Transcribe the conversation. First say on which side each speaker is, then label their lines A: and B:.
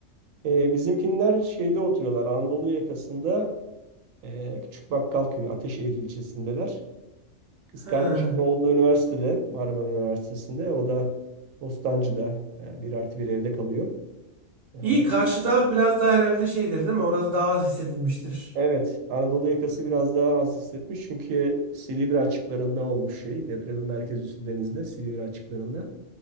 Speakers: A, on the right; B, on the right.
A: Ee, bizimkinler şeyde oturuyorlar Anadolu yakasında e, Küçük Bakkalköy, Ateşehir ilçesindeler. Kız
B: He.
A: kardeşimin olduğu üniversitede, Marmara Üniversitesi'nde. O da Bostancı'da e, bir artı bir evde kalıyor. E,
B: İyi karşıda biraz daha herhalde şeydir değil mi? Orası daha az hissedilmiştir.
A: Evet, Anadolu yakası biraz daha az hissetmiş çünkü Silivri açıklarında olmuş şey. Depremin merkez üssü denizde, Silivri açıklarında.